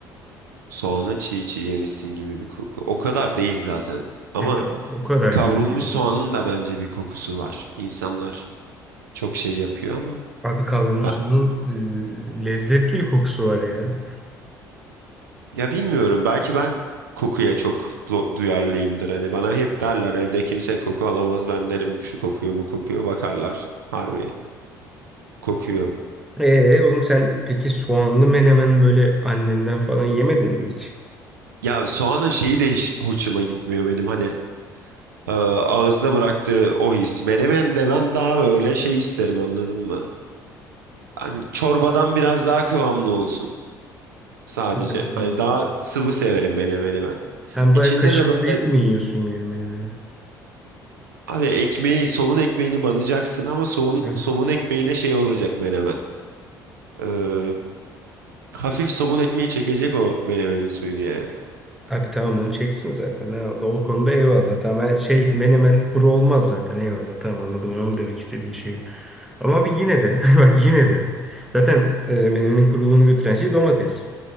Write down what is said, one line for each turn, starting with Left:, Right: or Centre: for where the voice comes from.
Right: Soğanı çiğ çiğ yemişsin gibi bir koku. O kadar değil zaten. Ama
Centre: E, O kadar
Right: Kavrulmuş
Centre: gibi diyorsun.
Right: soğanın da bence bir kokusu var. İnsanlar çok şey yapıyor ama
Centre: Abi kavrulmuş
Right: ben,
Centre: soğanın e, lezzetli bir kokusu var ya.
Right: ya bilmiyorum belki ben kokuya çok du- duyarlıyımdır. Hani bana hep derler evde kimse koku alamaz ben derim şu kokuyor bu kokuyor bakarlar harbi kokuyor.
Centre: E oğlum sen peki soğanlı menemen böyle annenden falan yemedin mi hiç?
Right: Ya soğanın şeyi de hiç hoşuma gitmiyor benim hani e, ağızda bıraktığı o his. Menemen de ben daha böyle şey isterim anladın mı? Hani çorbadan biraz daha kıvamlı olsun sadece.
Centre: Yani,
Right: Hani daha sıvı severim menemeni ben.
Centre: Sen
Right: İçinde
Centre: bayağı kaşıklayıp
Right: de böyle
Centre: mı yiyorsun yani menemeni?
Right: Abi ekmeği, somun ekmeğini banacaksın ama somun,
Centre: Heh.
Right: somun ekmeğine şey olacak menemen. Ee, hafif somun ekmeği çekecek o menemenin suyunu yani.
Centre: Abi tamam onu çeksin zaten. Eyvallah. O konuda eyvallah. Tamam her şey menemen kuru olmaz zaten. Eyvallah tamam anladım anladım demek istediğin şeyi. Ama abi yine de <laughs> bak yine de zaten e, menemenin kuruluğunu götüren şey domates.